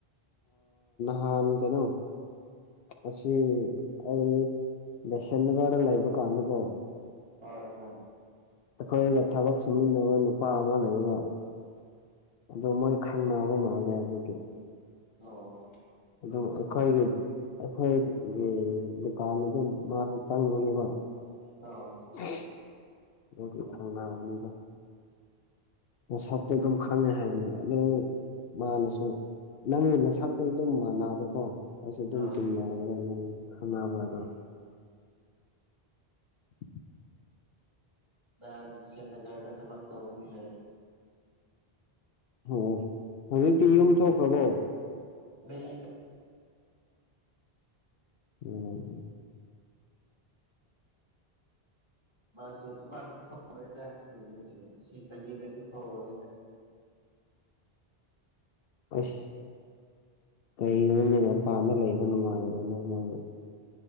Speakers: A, on the left; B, on the right.
A: ꯍꯥꯟ ꯀꯩꯅꯣ ꯑꯁꯤ ꯑꯩ ꯕꯦꯁꯦꯝ ꯒꯔꯗ ꯂꯩꯕ ꯀꯥꯟꯗꯀꯣ꯫
B: ꯍꯣꯏ ꯍꯣꯏ꯫
A: ꯑꯩꯈꯣꯏꯒ ꯊꯕꯛ ꯁꯨꯃꯤꯟꯅꯕ ꯅꯨꯄꯥ ꯑꯃ ꯂꯩꯕ꯫ ꯑꯗꯣ ꯃꯣꯏ ꯈꯪꯅꯕ ꯃꯥꯜꯂꯦ ꯑꯗꯨꯒꯤ꯫
B: ꯑꯣ꯫
A: ꯑꯗꯨꯝ ꯑꯩꯈꯣꯏꯒꯤ ꯑꯩꯈꯣꯏꯒꯤ ꯗꯨꯀꯥꯟꯗ ꯑꯗꯨꯝ ꯃꯥꯁꯨ ꯆꯪꯕꯅꯦꯕ꯫
B: ꯑꯣ꯫
A: <unintelligible> ꯑꯗꯨꯒꯤ ꯈꯪꯅꯕꯅꯤꯗ꯫ ꯃꯁꯛꯇꯤ ꯑꯗꯨꯝ ꯈꯪꯉꯦ ꯍꯥꯏꯕꯅꯤ ꯑꯗꯣ ꯃꯥꯅꯁꯨ ꯅꯪꯒꯤ ꯃꯁꯛꯇꯨ ꯑꯗꯨꯝ ꯃꯥꯟꯅꯕꯀꯣ꯫ ꯑꯩꯁꯨ ꯑꯗꯨꯝ
B: ꯍꯣꯏ
A: ꯆꯤꯡꯅꯌꯦꯕ ꯅꯣꯏꯒꯤ ꯈꯪꯅꯕꯗꯣ꯫
B: ꯎꯝ
A: <inaudible>
B: ꯅꯥꯍꯟ ꯁꯦꯟꯅꯒꯔꯗ ꯊꯕꯛ ꯇꯧꯒꯅꯤ ꯍꯥꯏ꯫
A: ꯑꯣ ꯍꯧꯖꯤꯛꯇꯤ ꯌꯨꯝ ꯊꯣꯛꯈ꯭ꯔꯕꯣ꯫
B: ꯂꯩ
A: ꯎꯝ ꯎꯝ
B: ꯃꯥꯁꯨ ꯃꯥꯁꯨ ꯊꯣꯛꯎꯔꯣꯏꯗ ꯁꯤ ꯆꯍꯤꯗꯁꯨ ꯊꯣꯛꯎꯔꯣꯏꯗ꯫
A: ꯑꯁ ꯀꯩꯅꯣꯒꯤ ꯃꯄꯥꯟꯗ ꯂꯩꯕ ꯅꯨꯡꯉꯥꯏꯕ꯭ꯔꯅꯕ